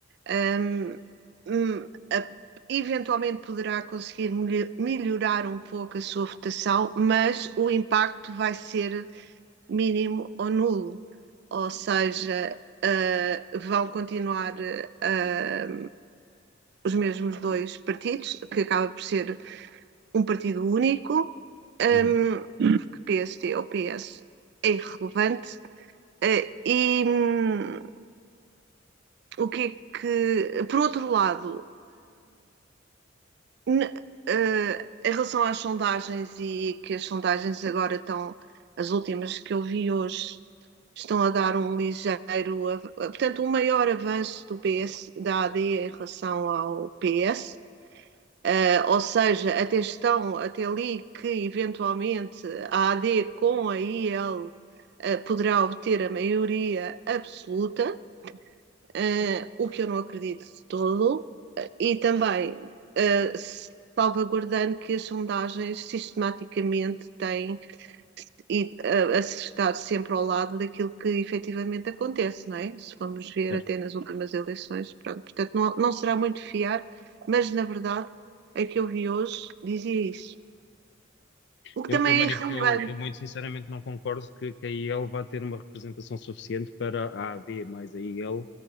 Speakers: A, on the right (about 60°); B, on the left (about 60°).
A: Ahm, hum, a- eventualmente poderá conseguir melho- melhorar um pouco a sua votação, mas o impacto vai ser mínimo ou nulo. Ou seja, ah, vão continuar ah, os mesmos dois partidos, que acaba por ser um partido único, ahm,
B: Uhum,
A: porque PST ou PS é irrelevante. Ah, e hum, o que é que, por outro lado, N- eh, em relação às sondagens e que as sondagens agora estão, as últimas que eu vi hoje, estão a dar um ligeiro, av- portanto, um maior avanço do PS, da AD em relação ao PS. Eh, ou seja, até estão, até ali que eventualmente a AD com a IL eh, poderá obter a maioria absoluta, eh, o que eu não acredito de todo. E também eh, salvaguardando que as sondagens sistematicamente têm e eh, a estar sempre ao lado daquilo que efetivamente acontece, não é? Se formos ver
B: certo.
A: até nas últimas eleições, pronto. Portanto, não, não será muito fiar, mas na verdade a que eu vi hoje dizia isso. O que
B: Eu,
A: também
B: eu, manif-
A: é irrelevante,
B: eu- eu muito sinceramente não concordo que, que a IEL vá ter uma representação suficiente para a AD mais a IEL